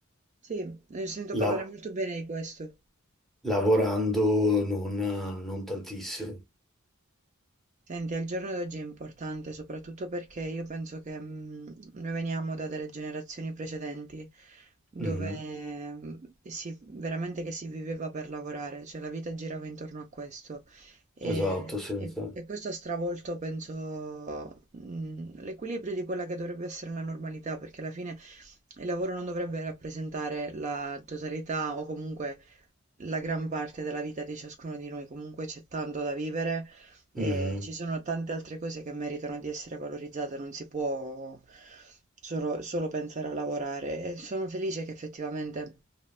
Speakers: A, on the right; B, in the centre.
A: Sì, ne sento
B: la-
A: parlare molto bene di questo.
B: Lavorando non, non tantissimo.
A: Senti, al giorno d'oggi è importante soprattutto perché io penso che mh, noi veniamo da delle generazioni precedenti dove
B: Mhm.
A: mh, si, veramente che si viveva per lavorare, cioè la vita girava intorno a questo e,
B: Esatto, senza.
A: e- e questo ha stravolto, penso, mh, l'equilibrio di quella che dovrebbe essere la normalità, perché alla fine il lavoro non dovrebbe rappresentare la totalità o comunque la gran parte della vita di ciascuno di noi, comunque c'è tanto da vivere e
B: Mhm.
A: ci sono tante altre cose che meritano di essere valorizzate, non si può solo, solo pensare a lavorare. E sono felice che effettivamente